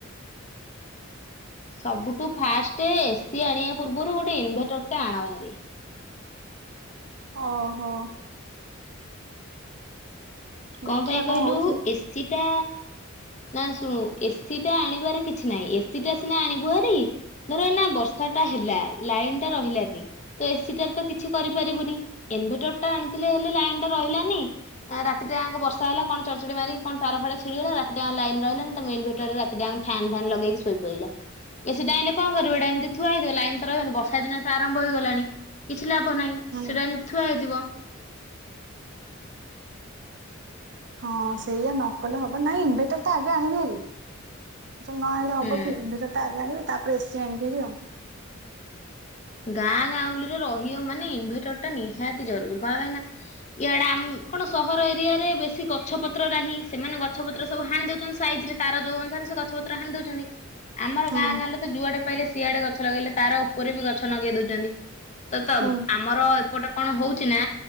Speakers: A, on the left (about 35°); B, on the right (about 55°).
A: ସବୁଠୁ ଫାଷ୍ଟ ଏସି ଆଣିବା ପୂର୍ବରୁ ଗୋଟେ ଇନଭେଟର ଟେ ଆଣ ଭାରି
B: ଓ ହୋ।
A: କଣ
B: ଦେଖିବା
A: ପାଇଁ କହିଲୁ
B: ହଉଛି
A: ଏସିଟା? ନା ଶୁଣୁ ଏସିି ଟା ଆଣିବାର କିଛି ନାହିଁ ଏସି ଟା ସିନା ଆଣିବୁ ଭରି ଧର ନା ବର୍ଷା ଟା ହେଲା ଲାଇନ ଟା ରହିଲାନି ତ ଏସି ଟାରେ ତ କିଛି କରିପାରିବୁନି ଇନ୍‌ଭେଟର ଟା ଆଣିଥିଲେ ହେଲେ ଲାଇନ ଟା ରହିଲାନି ରାତିରୋଙ୍କ ବର୍ଷା ହେ କଣ ଚଢଚଢଡି ମାରି କଣ ତାର ଫଡା ଛିଡିଗଲା ଲାଇନ ରହିଲା ନା ତମ ଇନଭର୍ଟରରେ ରାତି ଫ୍ୟାନ୍ ଫନ୍ ଲଗେଇ ଶୋଇ ପଇଲ? ଏସିଟା ଆଇଁଲେ କଣ କରିବ ଏଟା ଏମିତି ଥୁଆଇଥିବ ଲାଇନ ତ ରହିବନି ବର୍ଷା ଦିନ ଆରଭ ହେଇଗଲାଣି କିଛି କିଛି ଲାଭ ନାହିଁ
B: ହୁଁ
A: ସେଟା ଏମିତି ଥୁଆ ହୋଇଥିବ।
B: ହଁ ସେଇଆ ନ କଲେ ହବ ନାଇଁ ଇନଭଟର ତ ଆଗେ ଆଣିବି। ନହେଲେ ହବ
A: ହୁଁ।
B: କି ଇନ୍‌ଭଟର ଆଗେ ଆଣିବ ତାପରେ ଏସି ଆଣିବିରି ଆଉ?
A: ଗାଁ ଗାଉଁଳିରେ ରହିବ ମାନେ ଇନଭେଟର ଟା ନିହାତି ଜରୁରୀ କଣ ପାଇଁନା ଇଆଡା ଆମ କଣ ସହର ଏରିଆ ରେ ବେଶୀ ଗଛ ପତ୍ର ନାହିଁ ସେମାନେ ଗଛପତ୍ର ସବୁ ହାଣି ଦଉଛନ୍ତି ସାଇ ତାର ଯୋଉ ଅନୁସାରେ ସେ ଗଛପତ୍ର ହାଣି ଦଉଛନ୍ତି। ଆମର
B: ହୁଁ
A: ଗାଁ ଗାଁରେ ତ ଯୁଆଡେ ପାଇଲେ ସିଆଡେ ଗଛ ଲଗେଇଲେ ତାର ଉପରେ ବି ଗଛ ଲଗେଇ ଦଉଛନ୍ତି। ତ ତ
B: ହୁଁ।
A: ଆମର ଗଟେ କଣ ହଉଛି ନା